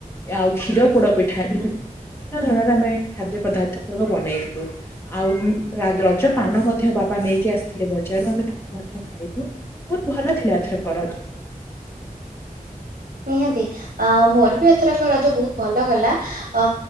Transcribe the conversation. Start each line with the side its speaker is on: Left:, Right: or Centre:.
Left: ଆଉ କ୍ଷୀର ପୋଡ ପିଠା ବିଭିନ୍ନ ଧରଣର ଆମେ ଖାଦ୍ୟ ପଦାର୍ଥକ ବନେଇଥିଲୁ। ଆଉ ରଜ ପାନ ମଧ୍ୟ ବାବା ନେଇକି ଆସିଥିଲେ ବଜାରରୁ ଆମେ ତାକୁ ମଧ୍ୟ ଖାଇଲୁ। ବହୁତ ଭଲ ଥିଲା ଏଥରକ ରଜ।
Right: ନିହାତି। ଅ ମୋର ବି ଏଥରକ ରଜ ବହୁତ ଭଲ ଗଲା ଅ